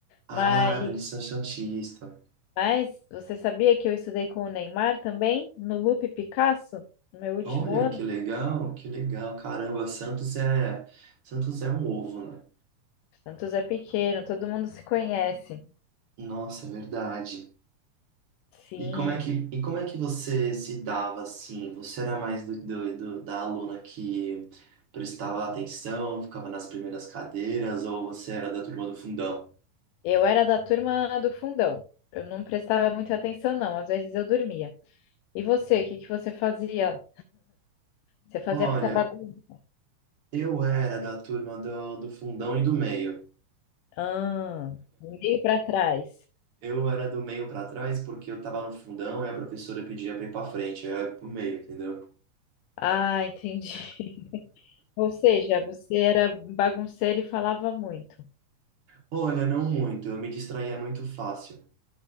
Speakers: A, on the right (about 50°); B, on the left (about 85°).
A: Ah,
B: Mas
A: no Liceu Santista.
B: Mas você sabia que eu estudei com o Neymar também, no Lupe Picasso, no meu último
A: Olha,
B: ano?
A: que legal, que legal. Caramba, Santos é Santos é um ovo, né?
B: Santos é pequeno, todo mundo se conhece.
A: Nossa, é verdade.
B: Sim,
A: E como é que, e como é que você se dava assim? Você era mais do, do- do- da aluna que prestava atenção, ficava nas primeiras cadeiras, ou você era da turma do fundão?
B: eu era da turma do fundão. Eu não prestava muita atenção, não. Às vezes eu dormia. E você, o que que você fazia? Você fazia
A: Olha,
B: muita bagunça?
A: eu era da turma do, do fundão e do meio.
B: Ah, meio para trás.
A: Eu era do meio pra trás porque eu tava no fundão e a professora pedia pra ir pra frente, aí eu ia pro meio, entendeu?
B: Ah, entendi. <laughs> Ou seja, você era bagunceiro e falava muito.
A: Olha, não muito, eu me distraía muito fácil.